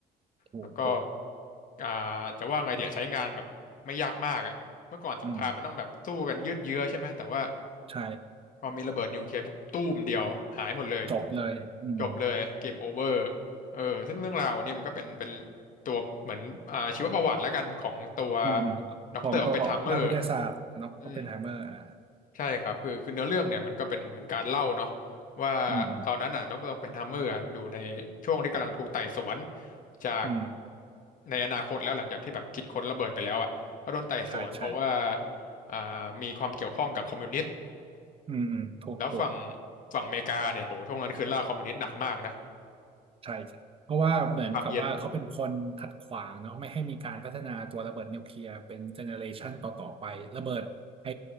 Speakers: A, on the right (about 35°); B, on the left (about 50°).
A: ถูกถูก
B: แล้วก็อ่าจะว่าไงเดี๋ยวใช้งานแบบไม่ยากมากอ่ะเมื่อก่อนสงครามมันต้องแบบสู้กันยืดเยื้อใช่ไหมแต่ว่า
A: อืมใช่
B: พอมีระเบิดนิวเคลียร์ปุ๊บตู้มเดียวหายหมดเลย
A: จบเลยอืม
B: จบเลยเกมโอเวอร์เออซึ่งเรื่องราวอันเนี้ยมันก็เป็นเป็นตัวเหมือนอ่าชีวประวัติแล้วกันของตัว
A: อืมอืมของตัวนักวิทยาศาสตร์เนอะออปเพนไฮเมอร์อ่า
B: ด็อกเตอร์ออปเพนไฮเมอร์อืมใช่ครับคือคือเนื้อเรื่องเนี่ยมันก็เป็นเหมือนการเล่าเนาะว่า
A: อืมอืม
B: ตอนนั้นอ่ะด็อกเตอร์อปเพนไฮเมอร์อะอยู่ในช่วงที่กำลังถูกไต่สวนจาก
A: อืม
B: ในอนาคตแล้วหลังจากที่แบบคิดค้นระเบิดไปแล้วอ่ะเขาโดนไต่สวนเพราะว่า
A: ใช่ใช่
B: อ่ามีความเกี่ยวข้องกับคอมมิวนิสต์
A: อืมอืมถูกถูก
B: แล้วฝั่งฝั่งอเมริกาเนี่ยโหช่วงนั้นคือล่าคอมมิวนิสต์หนักมากนะ
A: ใช่ใช่เพราะว่าเหมือนกับว่าเขาเป็นคนขัดขวางเนาะไม่ให้มีการพัฒนาตัวระเบิดนิวเคลียร์เป็นเจเนอเรชันต่อต่อไประเบิดไฮ
B: ความเย็น